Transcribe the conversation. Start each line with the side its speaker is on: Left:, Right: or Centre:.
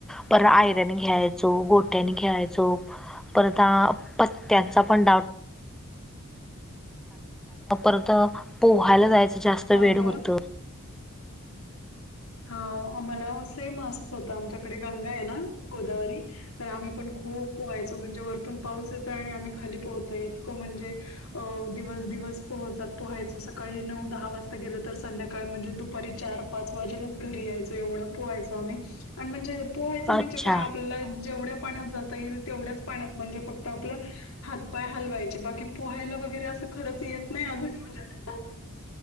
Centre: पर आयरन घ्यायचो गोट्यानी घ्यायचो परता पत्यांचा पण डाऊट र्ंत पोहायला जायच जास्त वेळ
Left: अगं
Centre: होत
Left: हा आम्हाला सेम असंच होतं आमच्याकडे गंगा आहे ना गोदावरी तर आम्ही पण खूप पोहायचो म्हणजे वरतून पाऊस येतो आणि आम्ही खाली पोहतोय इतकं म्हणजे अ दिवस दिवस पोहच पोहायचो सकाळी नऊ दहा वाजता गेलो तर संध्याकाळी म्हणजे दुपारी चार पाच घरी यायचो एवढं पोहायचो आम्ही आणि म्हणजे पोहायचं म्हणजे
Centre: अच्छा.
Left: काय आपल्याला जेवढ्या पाण्यात जाता येईल तेवढ्याच पाण्यात म्हणजे फक्त आपलं हातपाय हलवायचे बाकी पोहायला वगैरे असं खरंच येत नाही अजूनलाला